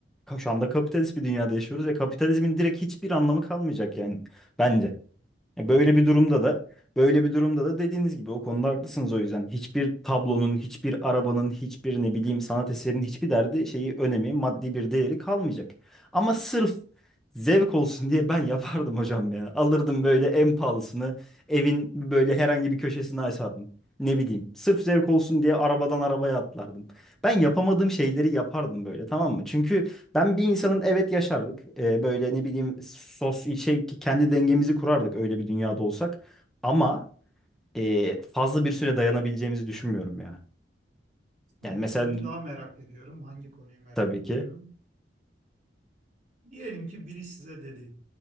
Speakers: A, in the centre; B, on the right.
A: şu anda kapitalist bir dünyada yaşıyoruz ve kapitalizmin direkt hiçbir anlamı kalmayacak yani bence. E,
B: O
A: Böyle
B: zaman
A: bir durumda da böyle bir durumda da dediğiniz gibi o konuda haklısınız o yüzden. Hiçbir tablonun, hiçbir arabanın, hiçbir ne bileyim sanat eserinin hiçbir derdi şeyi önemi, maddi bir değeri kalmayacak. Ama sırf zevk olsun diye ben <laughs> yapardım hocam ya. Alırdım böyle en pahalısını, evin böyle herhangi bir köşesine asardım. Ne bileyim, sırf zevk olsun diye arabadan arabaya atlardım. Ben yapamadığım şeyleri yapardım böyle tamam mı? Çünkü ben bir insanın evet yaşardık. Ee, böyle ne bileyim sos şey kendi dengemizi kurardık öyle bir dünyada olsak. Ama e, fazla bir süre dayanabileceğimizi düşünmüyorum ya.
B: aslında
A: Yani
B: bir
A: mesela
B: konuyu daha merak ediyorum. Hangi konuyu merak
A: tabii
B: ediyorum?
A: ki.
B: Diyelim ki biri size dedi,